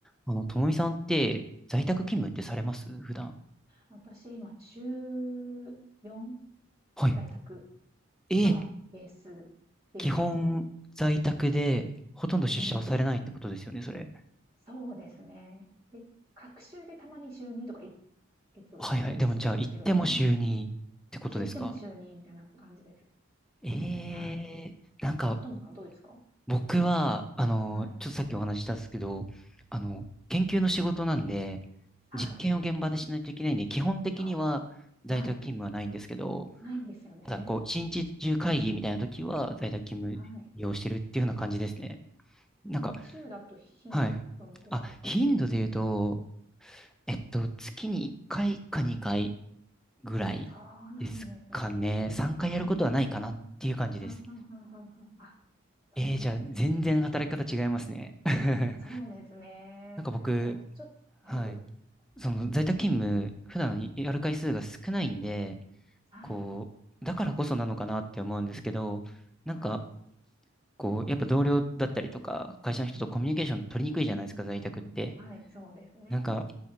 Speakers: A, in the centre; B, on the right.
A: あの、ともみさんって在宅勤務ってされます普段。
B: はい。私、今、週4、
A: はい。
B: 在宅
A: えー、
B: がベースっていう感じです。
A: 基本在宅でほとんど出社はされないってことですよね、
B: うん。
A: それ。
B: そうですね。で、隔週でたまに週2とかいえっと、
A: はいはい。
B: 行ったりもするんですけど、
A: でもじゃあ行っても週にってことですか
B: 基本、週行っても週2みたいな感じです。
A: ええー、
B: はい。
A: なんか
B: え、ともさんどうですか？
A: 僕は、あの、
B: はい。
A: ちょっとさっきお話ししたんですけど、あの、研究の仕事なんで、
B: はい。
A: 実験を現場でしないといけないんで、基本的には在宅勤務はないんですけど、
B: あはい。ないんですよね。
A: ただこう、一日中会議みたいな時は在宅勤務利用してるっていうような感じですね。
B: はい。
A: なんか
B: あー週だと頻度どのくらいとかって
A: はい。あ、頻度で言うと、えっと、
B: 感じです？
A: 月に1回か2回ぐらいですかね。
B: そうなんですね。
A: 3回やることはないかなっていう感じです。
B: うーん。うん、うんうんうんうん。あ、そうなんですね。
A: えー、じゃあ、全然働き方違いますね。<laughs>
B: そうですね。
A: なんか僕、
B: ただ、ちょっと、
A: はい。
B: はい、どうぞ。
A: その在宅勤務、普段やる回数が少ないんで、
B: はい。
A: こう、だからこそなのかなって思うんですけど、なんか、
B: はい。
A: こう、やっぱ同僚だったりとか、会社の人とコミュニケーション取りにくいじゃないですか、
B: うん、うんうんうん。
A: 在宅って。
B: はい、そうですね。
A: なんか、